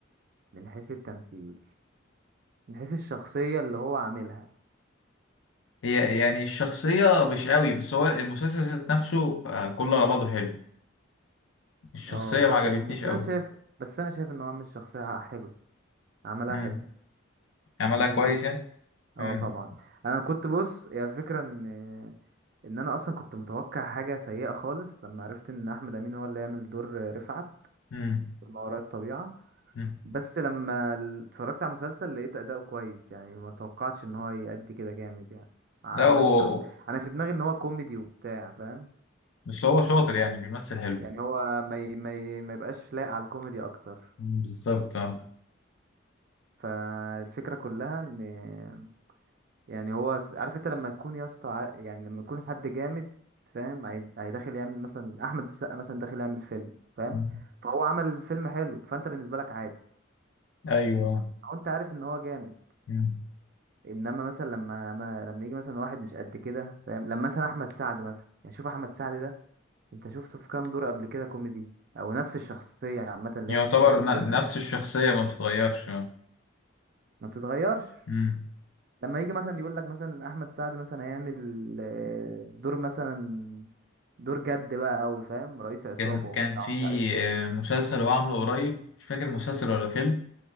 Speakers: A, on the right (about 50°); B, on the left (about 75°).
A: من حيث التمثيل من حيث الشخصية اللي هو عاملها
B: هي يعني الشخصية مش قوي بس هو المسلسل ذات نفسه آه، كله على بعضه حلو الشخصية
A: اه
B: ما
A: بس
B: عجبتنيش
A: بس
B: قوي
A: انا شايف بس انا شايف ان هو عامل الشخصية حلو عملها
B: امم
A: حلو
B: عملها
A: انا شايفها
B: كويس
A: مسلسل
B: يعني
A: اه
B: امم
A: طبعا انا كنت بص هي الفكرة ان ان انا اصلا كنت متوقع حاجة سيئة خالص لما عرفت ان احمد أمين هو اللي يعمل دور رفعت
B: امم
A: في ما وراء الطبيعة
B: أمم.
A: بس لما ال- اتفرجت على المسلسل لقيت اداؤه كويس يعني ما توقعتش ان هو يأدي كده جامد يعني آه،
B: لا
A: هو
B: هو
A: الشخص انا في دماغي ان هو كوميدي وبتاع فاهم
B: بس هو شاطر يعني بيمثل حلو
A: يعني هو ما ي... ما ي... ما يبقاش لايق على الكوميدي اكتر
B: أمم، بالظبط اه
A: فالفكرة كلها ان يعني هو س- عارف انت لما يكون يا اسطى ع- يعني لما يكون حد جامد فاهم هي... هيدخل يعمل مثلا احمد السقا مثلا داخل يعمل فيلم فاهم
B: أمم.
A: فهو عمل فيلم حلو فانت بالنسبة لك عادي
B: ايوه
A: او انت عارف ان هو جامد
B: أمم.
A: انما مثلا لما ما لما يجي مثلا واحد مش قد كده فاهم لما مثلا احمد سعد مثلا يعني شوف احمد سعد ده انت شفته في كام دور قبل كده كوميدي او نفس الشخصيه عامه اللي
B: يعتبر
A: هي شخصيه
B: ن-
A: الليمبي
B: نفس الشخصية ما بتتغيرش آه.
A: ما بتتغيرش
B: أمم.
A: لما يجي مثلا يقول لك مثلا احمد سعد مثلا هيعمل آه، دور مثلا دور جد بقى قوي فاهم رئيس عصابه
B: كان
A: وبتاع
B: كان في
A: ومش عارف ايه
B: آه، مسلسل هو عامله قريب مش فاكر مسلسل ولا فيلم